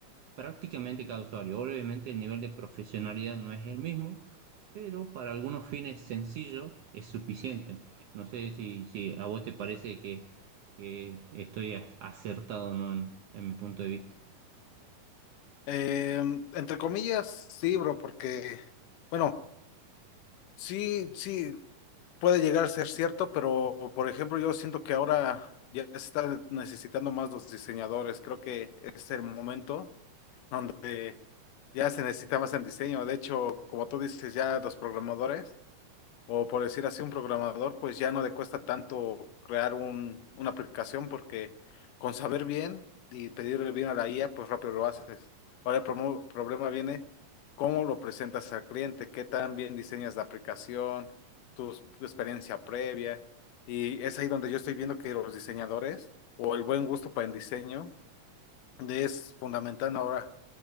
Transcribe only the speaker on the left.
Eh, entre comillas, sí, bro, porque, bueno, sí, sí, puede llegar a ser cierto, pero, por ejemplo, yo siento que ahora ya se está necesitando más los diseñadores. Creo que es el momento donde ya se necesita más en diseño. De hecho, como tú dices, ya los programadores. O por decir así, un programador, pues ya no le cuesta tanto crear un, una aplicación porque con saber bien y pedirle bien a la IA, pues rápido lo haces. Ahora el promo- problema viene cómo lo presentas al cliente, qué tan bien diseñas la aplicación, tu, s- tu experiencia previa. Y es ahí donde yo estoy viendo que los diseñadores o el buen gusto para el diseño es fundamental ahora.